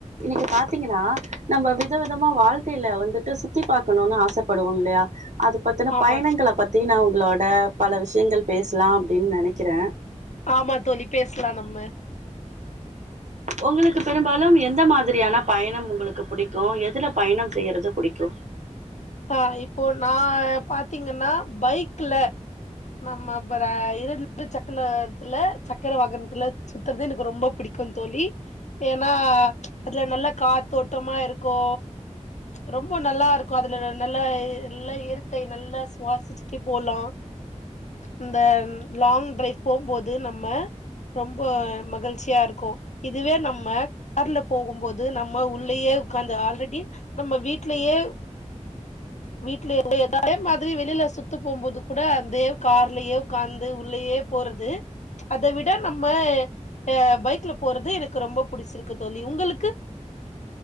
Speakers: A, on the right (about 70°); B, on the left (about 70°).
A: இன்னைக்கு பாத்தீங்கன்னா நம்ம வித விதமா வாழ்க்கையில வந்துட்டு சுத்தி பாக்கனும்னு ஆசபடுவோ இல்லையா அது பத்தின
B: ஆமா
A: பயணங்கள பத்தி நா உங்களோ பல விஷயங்கள் பேசலா அப்படின்னு நினைக்கிறே
B: ஆமா தோழி பேசலா நம்ம
A: உங்களுக்கு பெரும்பாலு எந்த மாதிரியான பயணம் உங்களுக்கு புடிக்கு எதுல பயணம் செய்யறது புடிக்கு
B: ஆ இப்போ நா பாத்தீங்கன்னா பைக்ல நம்ம இரு சக்கரத்துல இரு சக்கர வாகனத்துல சுத்துறது எனக்கு ரொம்ப பிடிக்கு தோழி ஏன்னா அதுல நல்ல காத்தோட்டமா இருக்கு ரொம்ப நல்லா இருக்கு அதுல நல்ல நல்ல இயற்க்கை நல்லா சுவாசிச்சுட்டு போலா இந்த லாங் டிரைவ் போம்போது நம்ம ரொம்ப மகிழ்ச்சியா இருக்கு இதுவே நம்ம கார்ல போகும்போது நம்ம உள்ளயே உக்காந்து ஆல்ரெடி நம்ம விட்லையே வீட்லயே <unintelligible> மாதிரி வெளியில சுத்து போம்போது கூட அந்தே கார்லயே உட்காந்து உள்ளயே போறது அத விட நம்ம அ பைக்ல போறது எனக்கு ரொம்ப புடிச்சிருக்கு தோழி உங்களுக்கு